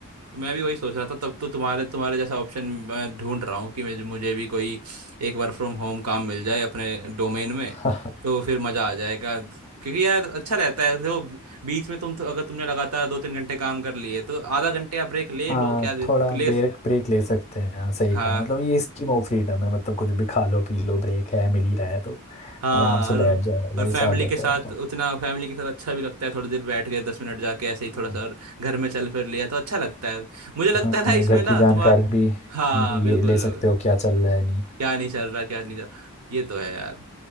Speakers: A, on the right; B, on the left.
A: तो मैं भी वही सोच रहा था तब तो तुम्हारे तुम्हारे जैसा ऑप्शन मैं ढूंढ रहा हूँ कि मुझे मुझे भी कोई एक वर्क फ्रॉम होम काम मिल जाए अपने डोमेन में
B: <laughs>
A: तो फिर मज़ा आ जाएगा क्योंकि यार अच्छा रहता है देखो बीच में तुम तो अगर तुमने लगातार दो तीन घंटे काम कर लिए तो आधा घंटे आप ब्रेक ले
B: हाँ
A: लो क्या दे-
B: थोड़ा
A: ले
B: ब्रेक ब्रेक ले सकते हैं हाँ सही
A: हाँ
B: कहा मतलब ये स्कीम ऑफ फ्रीडम है मतलब कुछ भी खा लो पी लो ब्रेक है मिल ही रहा है तो
A: हाँ
B: आराम से
A: और
B: बैठ जाओ वाला
A: और फैमिली
B: हिसाब रहता
A: के साथ
B: है
A: उतना फैमिली के साथ अच्छा भी लगता है थोड़ी देर बैठ गए दस मिनट जाके ऐसे ही
B: तो
A: थोड़ा सा और घर में चल फिर लिया तो अच्छा लगता है मुझे लगता
B: हाँ
A: है ना इसमें
B: घर
A: ना
B: की जानकारी
A: तुम्हारा
B: भी
A: हाँ बिल्कुल
B: ये ले सकते हो क्या चल रहा है नहीं
A: क्या नहीं चल रहा क्या नहीं चल रहा ये तो है यार